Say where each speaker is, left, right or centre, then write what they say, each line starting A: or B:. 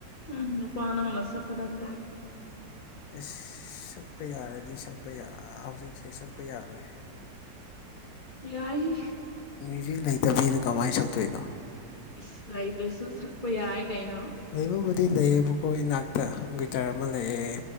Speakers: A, on the left; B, on the left.
A: ꯎꯪ ꯅꯨꯄ ꯅꯪꯅ ꯁꯛꯀꯗꯕꯅꯦ
B: ꯏꯁ ꯁꯛꯄ ꯌꯥꯔꯗꯤ ꯁꯛꯄꯌꯥ ꯍꯧꯖꯤꯛ ꯏꯁꯩ ꯁꯛꯄ ꯌꯥꯔꯣꯏ
A: ꯌꯥꯏꯍꯦ
B: ꯃ꯭ꯌꯨꯖꯤꯛ ꯂꯩꯇꯕꯤꯗ ꯀꯃꯥꯏꯅ ꯁꯛꯇꯣꯏꯅꯣ
A: ꯏꯁ ꯂꯩꯗ꯭ꯔꯁꯨ ꯁꯛꯄ ꯌꯥꯏ ꯀꯩꯅꯣ꯫
B: ꯂꯩꯕꯕꯨꯗꯤ ꯂꯩꯌꯦꯕꯀꯣ ꯑꯩ ꯏꯅꯥꯛꯇ ꯒꯤꯇꯔ ꯑꯃ ꯂꯩꯑꯦ